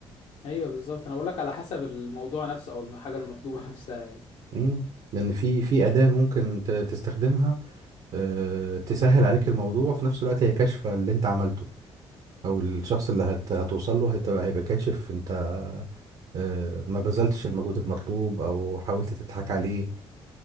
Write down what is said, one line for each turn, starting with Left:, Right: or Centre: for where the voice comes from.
Left: ايوه بالظبط انا بقولك على حسب الموضوع نفسه او الحاجه المطلوبه <laughs> نفسها يعني
Right: مم. لان في في أداة ممكن ت- تستخدمها آه، تسهل عليك الموضوع وفي نفس الوقت هي كاشفة اللي انت عملته او الشخص اللي هت... هتوصل له هتبقى هيبقى كاشف انت آه، ما بذلتش المجهود المطلوب او حاولت تضحك عليه